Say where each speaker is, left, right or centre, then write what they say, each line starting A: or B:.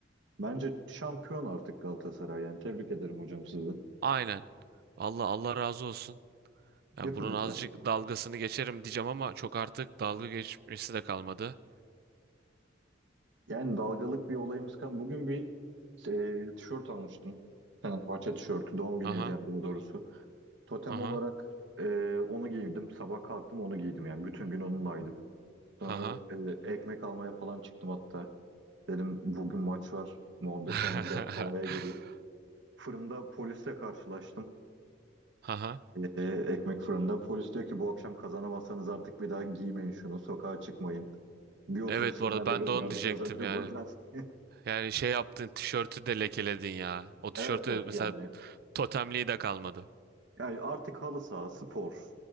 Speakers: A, on the right (about 75°); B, on the right (about 55°).
A: Bence şampiyon artık Galatasaray yani. Tebrik ederim hocam sizi.
B: Aynen. Allah Allah razı olsun. Yani
A: Hepimizden.
B: bunun azıcık dalgasını geçerim diyeceğim ama çok artık dalga geçmesi de kalmadı.
A: Yani dalgalık bir olayımız kan. Bugün bir e, tişört almıştım. Fenerbahçe tişörtü. Doğum günü
B: Aha,
A: hediyem daha doğrusu. Totem
B: aha,
A: olarak e, onu giydim. Sabah kalktım onu giydim yani. Bütün gün onunlaydım.
B: aha.
A: Sonra e, ekmek almaya falan çıktım hatta. Dedim bugün maç var. Muhabbeti
B: <laughs>
A: hani biraz havaya geleyim. Fırında polisle karşılaştım.
B: Aha.
A: Ee, ekmek fırında. Polis diyor ki bu akşam kazanamazsanız artık bir daha giymeyin şunu. Sokağa çıkmayın. Bir otobüs
B: Evet
A: Fenerli
B: bu arada ben
A: gönderdik
B: de onu diyecektim
A: az önce
B: yani.
A: buradan. <laughs>
B: Yani şey yaptın tişörtü de lekeledin ya. O tişörtü
A: Evet evet
B: mesela
A: yani.
B: totemliği de kalmadı.
A: Yani artık halı saha, spor.